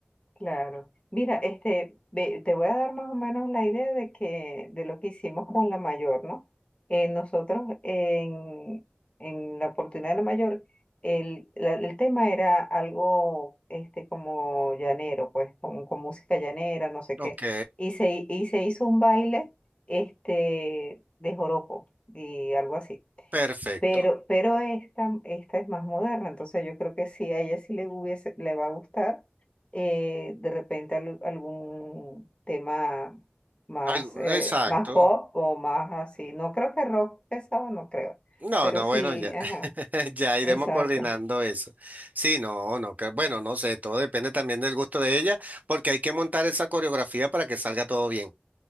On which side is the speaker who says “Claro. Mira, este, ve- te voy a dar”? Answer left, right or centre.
Left